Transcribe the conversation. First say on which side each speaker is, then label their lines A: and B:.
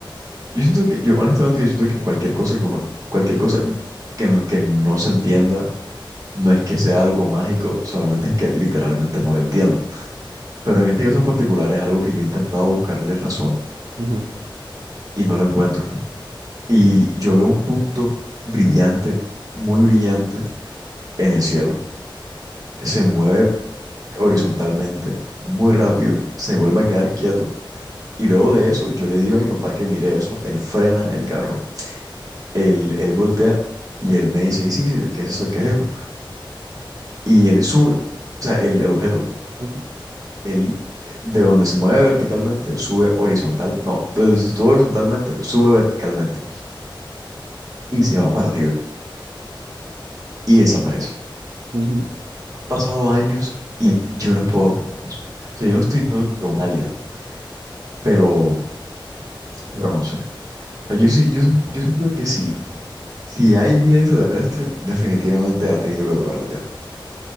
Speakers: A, on the right; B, on the right.
A: Yo siento que, yo honestamente, yo siento que cualquier cosa que uno, cualquier cosa que, no- que no se entienda, no es que sea algo mágico, solamente es que literalmente no lo entiendo. Pero en este caso en particular es algo que yo he intentado buscarle razón
B: ujú,
A: y no lo encuentro. Y yo veo un punto brillante, muy brillante, en el cielo. Se mueve horizontalmente, muy rápido, se vuelve a quedar quieto. Y luego de eso, yo le digo a mi papá que mire eso. Él frena el carro, él, él voltea y él me dice, "Ey, sí, sí, ¿qué es eso? ¿Qué es eso? Y él sube, o sea, el, el objeto,
B: ujú.
A: él eh, de donde se mueve verticalmente, sube horizontal. No, de donde se estuvo horizontalmente, sube verticalmente y
B: Ok.
A: se va para arriba y desaparece.
B: Ujú.
A: pasado años y yo no puedo explicar eso. O sea, yo no estoy diciendo que sea un alien, pero, pero no sé. O sea, yo, sí- yo, yo siento que si, si hay vida extraterrestre, definitivamente ha tenido que tocar la Tierra.